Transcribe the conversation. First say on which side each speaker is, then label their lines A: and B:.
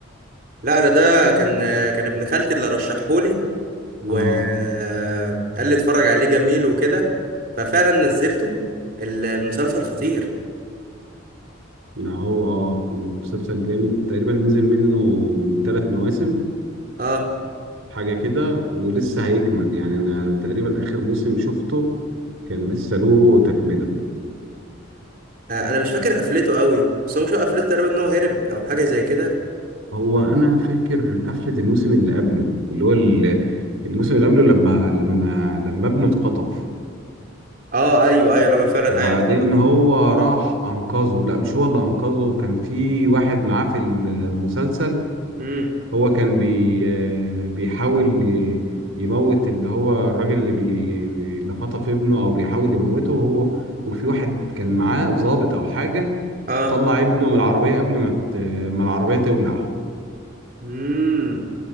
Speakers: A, on the right (about 45°); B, on the right (about 85°).
A: لا انا ده
B: في
A: كان آه، كان ابن خالتي اللي رشحهولي وقال
B: اه
A: لي اتفرج عليه جميل وكده ففعلا نزلته ال- المسلسل خطير
B: ما هو اه المسلسل جامد تقريبا نزل منه ثلاث مواسم
A: اه
B: حاجة كده ولسه هيكمل يعني أنا تقريبا آخر موسم شفته كان لسه له تكملة
A: آه، انا مش فاكر قفلته قوي بس هو مش هو قفلته تقريبا ان هو هرب او حاجه زي كده
B: هو أنا فاكر قفلة الموسم اللي قبله اللي هو ال- الموسم اللي قبله لما لما لما ابنه اتخطف
A: اه ايوه ايوه لما فعلا
B: وبعدين
A: ايوه اتخطف
B: هو راح أنقذه لا مش هو اللي أنقذه كان في واحد معاه في المسلسل
A: امم
B: هو كان بي آه، بيحاول ي- يموت اللي هو الراجل اللي بي اللي خطف ابنه أو بيحاول يموته وهو وفي واحد كان معاه ضابط أو حاجة
A: اه
B: طلع ابنه من العربية قبل ما ت- ما العربية تولع
A: امم